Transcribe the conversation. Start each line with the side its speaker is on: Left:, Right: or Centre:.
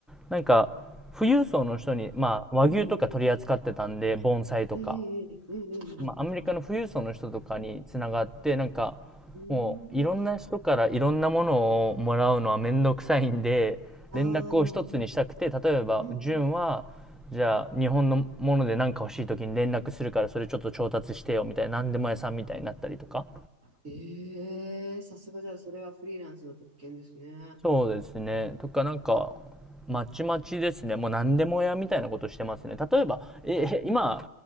Centre: なんか、富裕層の人に、まあ、和牛とか取り扱ってたんで、
Right: はい
Centre: 盆栽とか。
Right: ええええええ
Centre: まあ、アメリカの富裕層の人とかにつながって、なんか、
Right: ええう
Centre: もういろんな人からいろんなものをもらうのはめんどくさいんで、
Right: ーん。ああ。
Centre: 連絡を一つにしたくて、例えば、
Right: うん
Centre: 純は、じゃあ日本のもので何か欲しい時に連絡するからそれちょっと調達してよみたいな、何でも屋さんみたいになったりとか。
Right: ええさすがじゃあ、それはフリーランスの特権ですね。
Centre: そうですね。とかなんか、まちまちですね。もう何でも屋みたいなことしてますね。例えば、え、
Right: ああ。
Centre: 今、